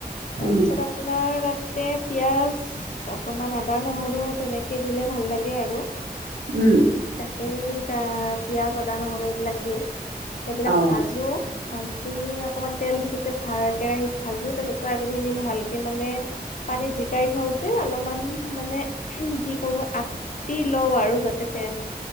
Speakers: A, on the left; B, on the right.
A: তাৰপিছত
B: উম
A: আপোনাৰ তাতে পিঁয়াজ অকণমান আদা, নহৰু তেনেকে দিলে ভাল লাগে আৰু
B: উম
A: তাকেই তা পিঁয়াজ, আদা, নহৰু এইবিলাক দিওঁ এইবিলাক
B: অ
A: ভাজো ভা জি অকণমান তেল দি তাতে ভা কেৰাহিত ভাজো তাৰপিছত চয়াবিন খিনি ভালকে মানে পানীত জিকাই থওঁ যে অলপমান মানে কি কৰো আটি লও আৰু যাতে ফেন